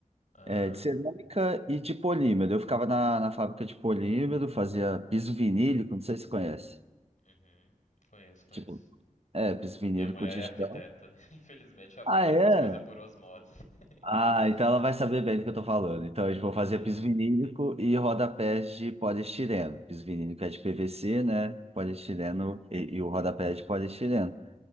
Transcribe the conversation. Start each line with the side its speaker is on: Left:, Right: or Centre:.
Left: Ah,
Right: É, de cerâmica e de polímero. Eu ficava na, na fábrica de polímero, fazia piso vinílico, não sei se você conhece.
Left: uhum. Conheço, conheço.
Right: Tipo, é, piso
Left: Mi-
Right: vinílico
Left: Minha mulher
Right: de
Left: é
Right: chão.
Left: arquiteta. <laughs> Infelizmente eu aprendo
Right: Ah, é?
Left: essas coisas por osmose. <laughs>
Right: Ah, então ela vai saber bem do que eu tô falando. Então, a gente vai
Left: Uhum,
Right: fazer piso vinílico e rodapés de poliestireno. Piso vinílico é de PVC, né? Poliestireno e, e o rodapé é de poliestireno.